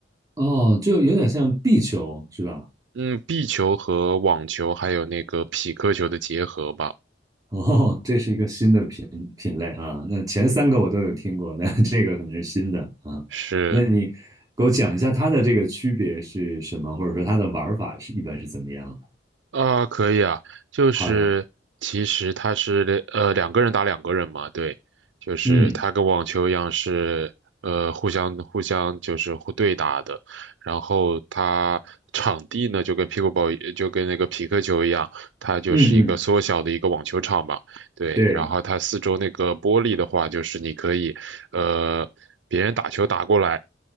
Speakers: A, on the right (about 20°); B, on the right (about 75°).
A: 哦，就有点像壁球是吧？
B: 嗯，壁球和网球还有那个匹克球的结合吧，
A: <laughs> 哦，这是一个新的品品类啊。那前三个我都有听过，那 <laughs> 这个可能是新的啊。
B: 是
A: 那你给我讲一下它的这个区别是什么，或者说它的玩法是一般是怎么样的？
B: 啊，可以啊，就是其实它是两呃两个人打两个人嘛，
A: 好呀，
B: 对，就是它跟网球一样是呃互相互相就是互对打的，
A: 嗯
B: 然后它场地呢就跟 pickleball 就跟那个匹克球一样，它就是一个缩小的一个网球场嘛，
A: 嗯嗯，
B: 对，
A: 对，
B: 然后它四周那个玻璃的话，就是你可以呃别人打球打过来。